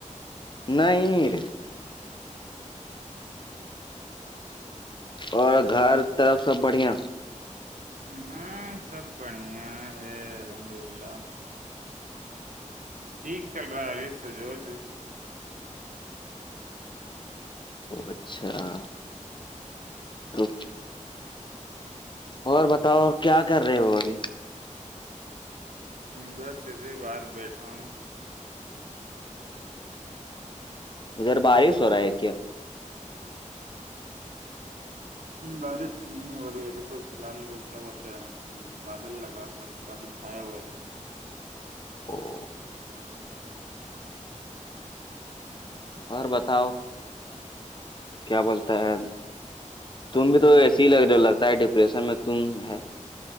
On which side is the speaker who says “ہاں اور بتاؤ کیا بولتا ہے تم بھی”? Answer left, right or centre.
Left